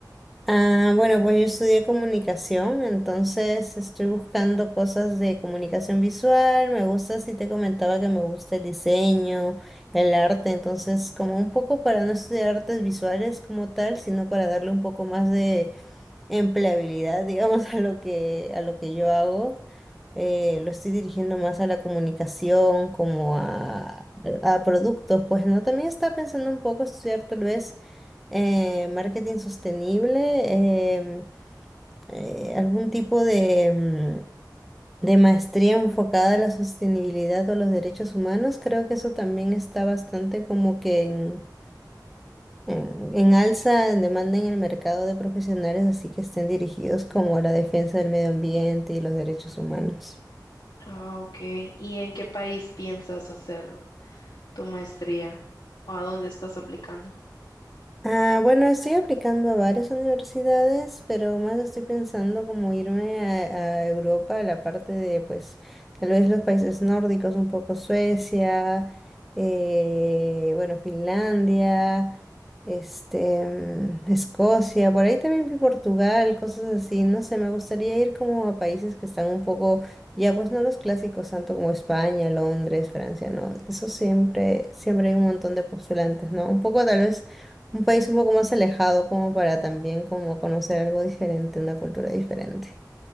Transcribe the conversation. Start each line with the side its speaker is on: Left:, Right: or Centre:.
Centre: Ah, bueno, pues yo estudié comunicación, entonces estoy buscando cosas de comunicación visual. Me gusta, si te comentaba que me gusta el diseño, el arte, entonces como un poco para no estudiar artes visuales como tal, sino para darle un poco más de empleabilidad, digamos, <laughs> a lo que a lo que yo hago. Eh, lo estoy dirigiendo más a la comunicación, como a, a productos, pues no. También estaba pensando un poco estudiar tal vez eh, marketing sostenible, em, eh, algún tipo de, mm, de maestría enfocada a la sostenibilidad o a los derechos humanos. Creo que eso también está bastante como que en, en- en alza, en demanda en el mercado de profesionales, así que estén dirigidos como a la defensa del medio ambiente y los derechos humanos.
Left: Ah, ok. ¿Y en qué país piensas hacer tu maestría? ¿O a dónde estás aplicando?
Centre: Ah, bueno, estoy aplicando a varias universidades, pero más estoy pensando como irme a, a Europa, a la parte de, pues, tal vez los países nórdicos, un poco Suecia, eh, bueno, Finlandia, este, mm, Escocia, por ahí también vi Portugal, cosas así, no sé, me gustaría ir como a países que están un poco, ya pues no los clásicos tanto como España, Londres, Francia, no, eso siempre, siempre hay un montón de postulantes, ¿no? Un poco tal vez un país un poco más alejado como para también como conocer algo diferente, una cultura diferente.